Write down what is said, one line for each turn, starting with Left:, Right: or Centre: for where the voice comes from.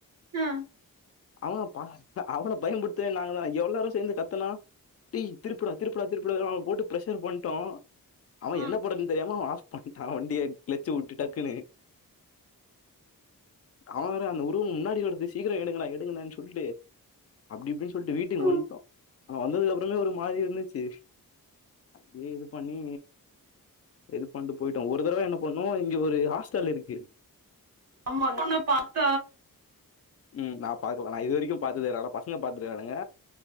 Right: ஆ
Left: அவங் அவன பயம்புடுத்தன் நாங்க தான் எல்லாரு சேர்ந்து கத்துனா டீ திருப்புடா திருப்புடா திருப்புடா அவன் போட்டு பிர்ஷர் பண்ட்டோ அவன்
Right: ம்,
Left: என்ன போடறன்னு தெரியாம ஆஃப் பண்ணிட்டா வண்டிய கிளச்சு விட்டு டக்குன்னு அவ வேற அந்த உருவோ முன்னாடி வருது சீக்கிரோ எடுங்கடா எடுங்கடானு சொல்லு அப்டிப்டின்னு சொ ட்டு வீட்டுக்கு
Right: ம்.
Left: வன்ட்டோ ஆனா வந்ததுக்கு அப்புறமே ஒரு மாரி இருந்துச்சு அப்டியே இது பண்ணி இது பண்ணட்டு போயிட்டோ ஒரு தடவை என்ன பண்ணோ இங்க ஒரு ஹாஸ்டல் இருக்கு
Right: ஆமா அங்க தா உன்ன பாத்த
Left: ம் நா பாக்கலா நா இது வரைக்கு பாத்ததே ஆனா பசங்க பாத்திருக்கானுக